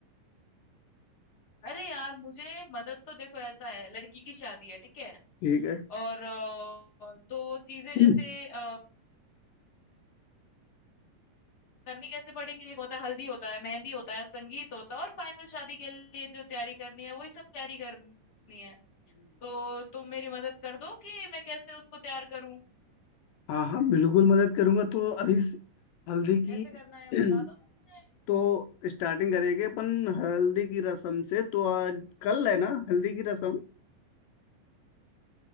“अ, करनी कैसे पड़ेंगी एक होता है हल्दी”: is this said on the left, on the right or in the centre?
Left